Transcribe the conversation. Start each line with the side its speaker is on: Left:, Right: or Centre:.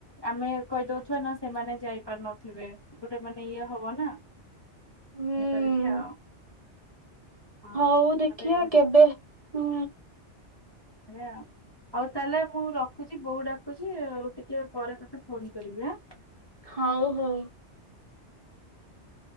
Left: ଆମେ କହିଦଉଥିବା ନା ସେମାନେ ଯାଇପାରୁ ନଥିବେ ଗୋଟେ ମାନେ ଇଏ ହବ ନା।
Right: ହୁଁ।
Left: କରିକି ଆ ଭ <unintelligible>
Right: ହଉ ଦେଖିଆ କେବେ ହୁଁ।
Left: ଏୟା ଆଉ ତାହେଲେ ପୁ ର <unintelligible> ରଖୁଚି ବଉ ଡାକୁଛି, ଆଉ ଟିକେ ପରେ ତୋତେ ଫୋନ କରିବି ଆଁ।
Right: ହଉ ହଉ।